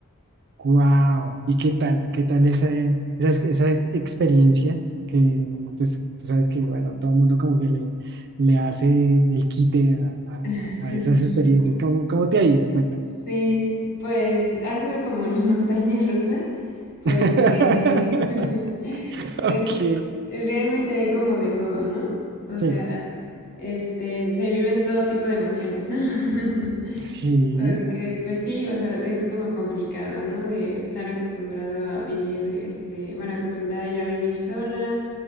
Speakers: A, on the right (about 50°); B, on the left (about 45°).
A: ¡Wow! ¿Y qué tal? ¿Qué tal esa, esa, esa experiencia? Que pues tú sabes que, bueno, todo el mundo como que le, le hace el quite a, a-
B: <laughs>
A: a- a esas experiencias. ¿Cómo, cómo te ha ido? Cuéntame.
B: Sí, pues ha sido como una <laughs> montaña rusa, porque
A: <laughs>
B: <laughs>
A: Ok,
B: pues, realmente hay como de todo, ¿no? O
A: sí,
B: sea, este, se viven todo tipo de emociones, ¿no? <laughs>
A: sí,
B: Porque, pues sí, o sea, es como complicado, ¿no? De estar acostumbrado a vivir, este, bueno, acostumbrada yo a vivir sola,